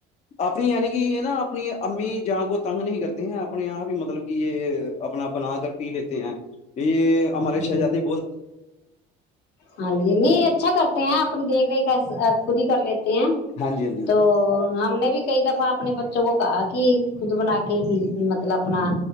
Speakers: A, on the left (about 40°); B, on the left (about 65°).
A: اپنی یعنی کہ یہ نا اپنی امی جا کو تنگ نہیں کرتے ہیں اپنے آپ ہی مطلب کہ یہ اپنا بنا کر پی لیتے ہیں یہ ہمار
B: جی
A: شہجاتی
B: ہاں جی نہیں اچھا کرتے ہیں اپنی دیکھ ریکھ خود ہی کر لی ہیں
A: ہاں جی ہاں جی
B: تو ہم نے بھی کئی دفعہ اپنے بچوں کو کہا کہ خود بنا کے پی مطلب اپنا